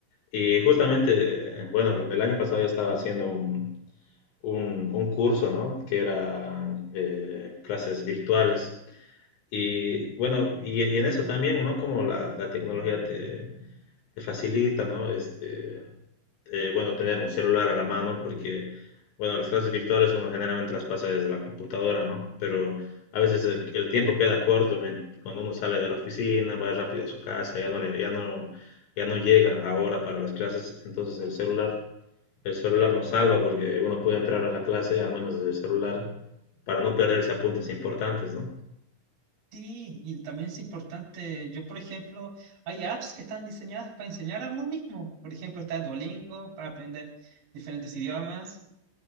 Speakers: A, on the left (about 70°); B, on the right (about 60°).
A: Y justamente, bueno, el año pasado yo estaba haciendo un, un, un curso, ¿no? Que era eh, clases virtuales. Y bueno, y, y en eso también, ¿no? Como la, la tecnología te, te facilita, ¿no? Este, eh, bueno, tener un celular a la mano porque, bueno, las clases virtuales uno generalmente las pasa desde la computadora, ¿no? Pero a veces el, el tiempo queda corto men- cuando uno sale de la oficina, va rápido a su casa, ya no le, ya no, ya no llega ahora para las clases, entonces el celular, el celular nos salva porque uno puede entrar a la clase al menos desde el celular para no perderse apuntes importantes, ¿no?
B: Sí, y también es importante, yo por ejemplo, hay apps que están diseñadas para enseñar a uno mismo. Por ejemplo, está Duolingo para aprender diferentes idiomas.